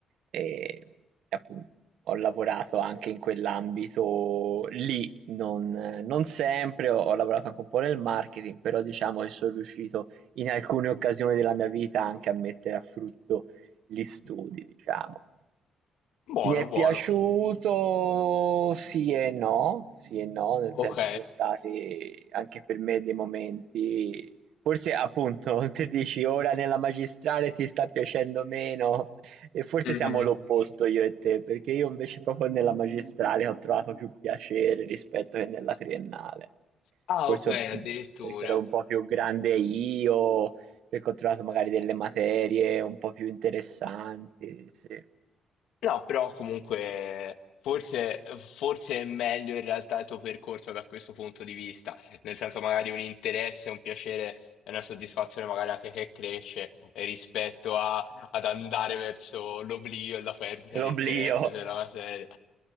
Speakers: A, on the right (about 75°); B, on the left (about 80°).
A: e appunto ho lavorato anche in quell'ambito lì, non, non sempre, ho ho lavorato anche un po' nel marketing, però diciamo che sono riuscito in alcune occasioni della mia vita anche a mettere a frutto gli studi, diciamo.
B: buono,
A: Mi è
B: buono.
A: piaciuto sì e no, sì e no, nel
B: Ok.
A: senso ci sono stati anche per me dei momenti, forse appunto <laughs> te dici ora nella magistrale ti sta piacendo meno e forse
B: Mhm.
A: siamo l'opposto io e te, perché io invece proprio nella magistrale ho trovato più piacere rispetto che nella triennale.
B: Ah,
A: Forse
B: ok, addirittura.
A: un- perché ero un po' più grande io, perché ho trovato magari delle materie un po' più interessanti, sì.
B: No, però comunque forse, forse è meglio in realtà il tuo percorso da questo punto di vista, nel senso magari un interesse, un piacere e una soddisfazione magari anche che cresce eh, rispetto a- ad andare verso l'oblio e la perdita di
A: L'oblio.
B: interesse per la materia.